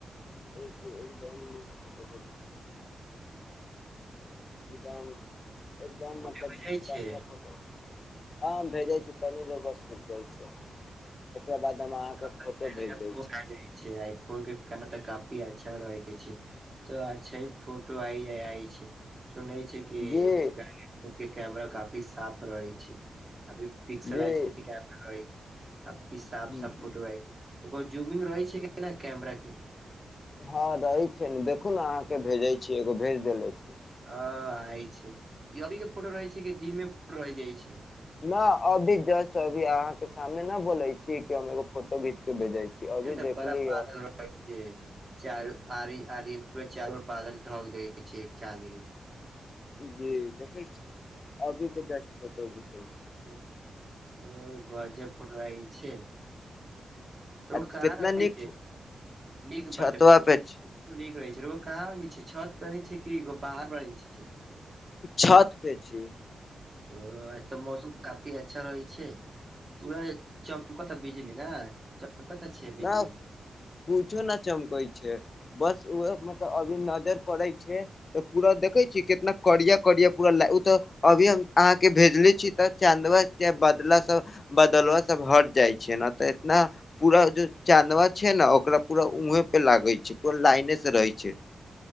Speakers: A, on the left; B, on the right.
A: <unintelligible> <inaudible> एकदान एकदम
B: फोटो
A: मतलब
B: भेजै छै
A: बढ़िआँ ख होटै हँ भेजै छी तनी ज बस जाइ छी। ओकरा बाद हम अहाँके
B: हो
A: फोटो भेज दै
B: जाइ
A: छी
B: छैय आइ फोन के एमे तऽ काफी अच्छा रहै छैय। तऽ अच्छा फोटो आ आइ छैय सुनै छैय। के
A: जी
B: आइफोन के कैमरा काफी साफ रहै छैय काफी। पिक्सल
A: जी
B: एच केमरा रहहि छैय। कि साफ
A: देख
B: साफ फोटो आ ओकर जूमिंग रहै छैय कैमरा के
A: हँ रहै छैय ने देखू ने अहाँके भेजै छियै एगो भेज देेले छी।
B: आ आय छैय ई अभी के फोटो रहै छैय कि दिन मे फोटो रहि जाइ छैय।
A: न अभी जस्ट अभी अहाँ के सामने न बोले छिय कि, हम एगो फोटो खिच के भेजे छी। अभी
B: ए तऽ
A: देखली
B: बड़ा पागल
A: ह
B: रह ओके, चारू आड़ि आड़ि पूरा चारर बादल ढक द छै चाँद के।
A: जी देखै छी, अभीे के जसट फोटो छी
B: ओ ओ गजा फोटो आभे छै। ओ
A: आ
B: कहै
A: कितना नीक
B: छै, नीक
A: छतवा
B: बटे
A: पे छी
B: नीक रहे छैगो, कहाँ पर रहै छै छत पर छै कि बाहर मे रहै छै।
A: छत पे छी।
B: ओ आज तऽ मौसम काफी अच्छा रहै छै। पूरा चमकता बिजली ने, चमकता छै बिजली।
A: न कुछो न चमकै छै, बस ऊहे मतलब अभी नजर पड़ै छै। तऽ पूरा देखै छी, कितना करिया -करिया पूरा ला, ओ तऽ अभी हम अहाँके भेजले छी तऽ, चाँदवा बदला सब, बदलब सब हट जाइ छै, ने तऽ इतना पूरा ज चाँदवा छै ने, ओकरा पूरा ऊहें पे लागे छै, पूरा लाइने से रहे छै।